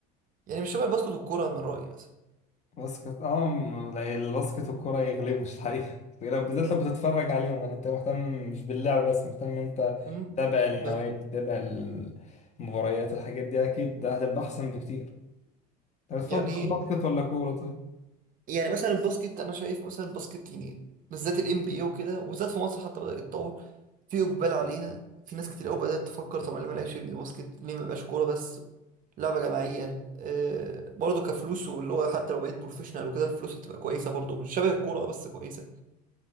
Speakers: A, on the right (about 45°); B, on the left (about 35°).
A: يعني مش شبه الباسكت والكورة من رأيي مثلا
B: باسكت اه م- لا، الباسكت والكورة يغلبوش الحقيقة <laughs> لو- بالذات لو بتتفرج عليهم يعني انت مهتم مش باللعب بس مهتم انت
A: امم
B: تتابع النوادي
A: بس-
B: تتابع المباريات الحاجات دي اكيد هتبقى احسن بكتير طب بتفضل
A: يعني
B: باسكت ولا كورة طيب؟
A: يعني مثلا الباسكت انا شايف مثلا الباسكت يعني بالذات الام بي اي وكده وبالذات في مصر حتى بدأ يتطور في اقبال عليها في ناس كتير قوي بدأت تفكر طب انا ليه ما لعبش ابني باسكت ليه ما يبقاش كوره بس لعبه جماعيه آه برضه كفلوس واللي هو حتى لو بقيت بروفيشنال وكده الفلوس هتبقى كويسه برضه مش شبه الكوره آه، بس كويسه